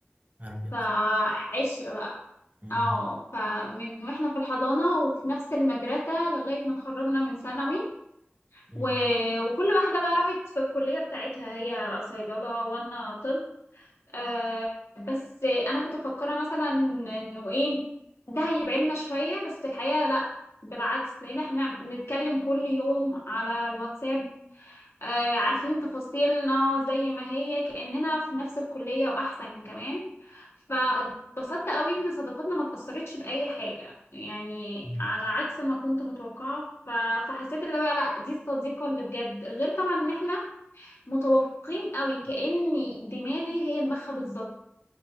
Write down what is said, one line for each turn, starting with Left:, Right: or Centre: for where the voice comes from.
Right: يا نهار ابيض
Left: فعشرة بقى
Right: مم.
Left: اه فمن واحنا في الحضانة وفي نفس المدرسة لغاية ما اتخرجنا من ثانوي
Right: مم.
Left: و... وكل واحدة بقى راحت في الكلية بتاعتها هي صيدلة وأنا طب آه بس أنا كنت مفكرة مثلا إنه إيه ده هيبعدنا شوية بس الحقيقة لأ بالعكس لأن إحنا بنتكلم كل يوم على الواتساب آه، عارفين تفاصيلنا زي ما هي كأننا في نفس الكلية وأحسن كمان فاتبسطت قوي إن صداقتنا ما اتأثرتش بأي حاجة يعني
Right: مم.
Left: على عكس ما كنت متوقعة ف- فحسيت اللي هو لأ دي الصديقة اللي بجد غير طبعا إن إحنا متوافقين قوي كأني دماغي هي دماغها بالظبط